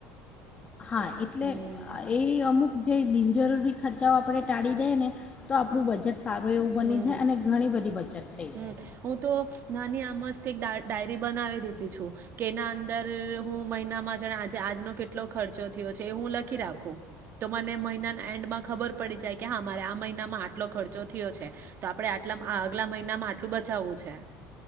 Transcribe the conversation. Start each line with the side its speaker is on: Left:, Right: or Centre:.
Left: હા એટલે
Right: હમ
Left: એ અમુક જે બિનજરૂરી ખર્ચાઓ આપણે ટાળી દઈએ ને તો આપણું બજેટ સારું એવું બની
Right: હમ
Left: છે અને ઘણી બધી બચત થઈ
Right: હમ
Left: જાય
Right: હું તો નાની આ મસ્ત એક ડા ડાયરી બનાવી દીધી છું કે એના અંદર હું મહિનામાં જા આજનો કેટલો ખર્ચો થયો છે એ હું લખી રાખું તો મને મહિનાના એન્ડમાં ખબર પડી જાય કે હા મારે આ મહિનામાં આટલો ખર્ચો થયો છે તો આપે આટલાગલા મહિના નામાં આટલું બચાવવું છે